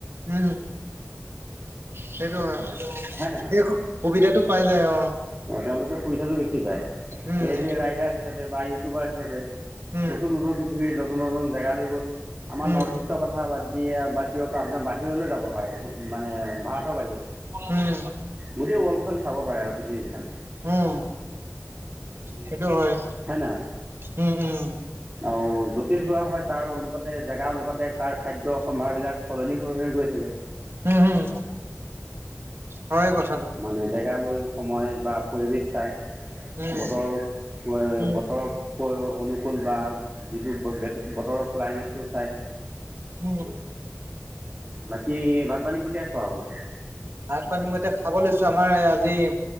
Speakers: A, on the right (about 55°); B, on the right (about 30°).
A: উম, সেইটো হয়।
B: হয় নে নহয়,
A: সেই সুবিধাটো পাই যায় অ
B: অ, তেওঁলোকে সুবিধাটো বেছি পায়।
A: উম
B: এই যে ৰাইদাৰ আহি। হিচাপে বা ইউটিউবাৰ হিচাপে,
A: উম
B: নতুন নতুন পৃথিৱীৰ নতুন নতুন জেগা লৈ গ'ল, আমাৰ
A: উম
B: নৰ্থ ইষ্ট চব কথা বাদ দিয়ে বাদ দিয়ক আপোনাৰ বাহিৰলৈ যাব পাৰে। মানে ভাৰতৰ বাহিৰত,
A: উম
B: গোটেই ৱৰ্ল্ডখন চাব পাৰে আৰু পৃথিৱীখন।
A: উম, সেইটো হয়।
B: হয় নহয়।
A: উম উম
B: আৰু যতে যোৱা হয় তাৰ অনুপাতে জেগা অনুপাতে তাৰ খাদ্য সম্ভাৰবিলাক সলনি হৈ হৈ গৈ থাকে।
A: উম, উম, হয় কথাটো।
B: মানে জেগা লৈ সময় বা পৰিৱেশ চাই,
A: উম
B: বতৰ <unintelligible>
A: উম
B: বতৰৰ অনুকূল বা যিটো বতৰৰ। ক্লাইমেটটো চাই
A: উম
B: বাকী, ভাত পানী কেতিয়া খোৱা হ'ব?
A: ভাত পানী মই এতিয়া খাব লৈছো আমাৰ আজি,